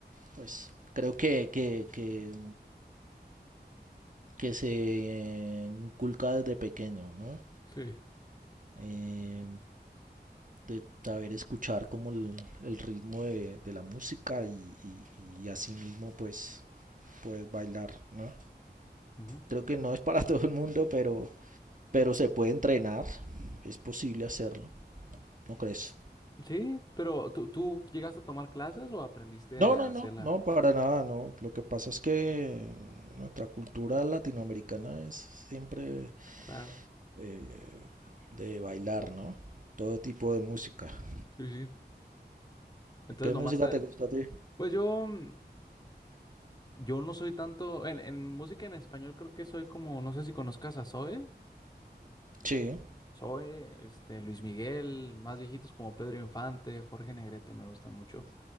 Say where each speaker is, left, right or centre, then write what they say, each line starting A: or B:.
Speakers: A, on the right; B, on the left.
A: Pues creo que, que, que, que se inculca desde pequeño, ¿no?
B: Sí.
A: Eh, de saber escuchar como el, el ritmo de, de la música y, y, y así mismo pues puedes bailar, ¿no?
B: Ujú.
A: Creo que no es para <laughs> todo el mundo, pero, pero se puede entrenar, es posible hacerlo, ¿no crees?
B: Sí, pero ¿tú, tú llegaste a tomar clases o aprendiste
A: No,
B: a
A: no,
B: hacerla?
A: no, no, para nada, no. Lo que pasa es que nuestra cultura latinoamericana es siempre
B: Claro.
A: eh, de bailar, ¿no? Todo tipo de música.
B: Sí, sí. Entonces
A: ¿Qué
B: nomás
A: música
B: te...
A: te gusta a ti?
B: Pues yo, mm, yo no soy tanto... En, en música en español creo que soy como... No sé si conozcas a Zoe.
A: Sí.
B: Zoe, este, Luis Miguel, más viejitos como Pedro Infante, Jorge Negrete me gustan mucho.